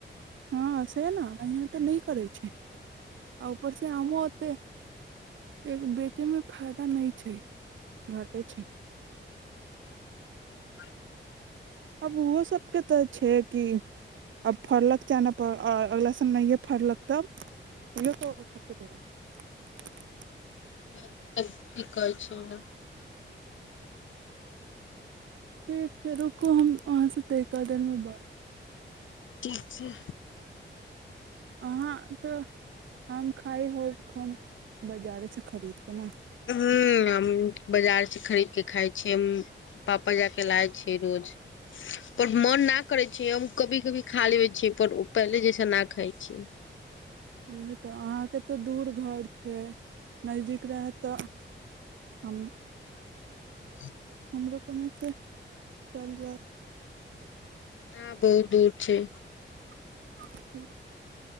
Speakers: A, on the right; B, on the left.
A: हँ से न यहाँ तऽ नहि करै छै आ ऊपरसँ आमो ओते एक बेचयमे फायदा नहि छै घटै छै
B: <inaudible>
A: आब ओहो सबके तऽ छै कि आब फड़लक चाहे न पर आ अगला साल नहिए फड़लक तब <unintelligible>
B: बात तब ठीक कहै छै ने
A: ठीक छै रुक
B: क छ
A: अहाँ तऽ आम खाइ होब खूम बाजारेसँ खरीदके ने
B: हूँ हम बजार से खरीद के खाय छै पापा जा के लाय छै रोज पर मन न करै छै हम कभी कभी खा लेबै छियै पर पहिले जैसे न खाइ छीयै
A: उएह तऽ अहाँके तऽ दूर घर के नजदीक रहत तऽ हम
B: <inaudible>
A: रुक ने तँ चल जात
B: हँ बहुत दूर छै
A: <inaudible>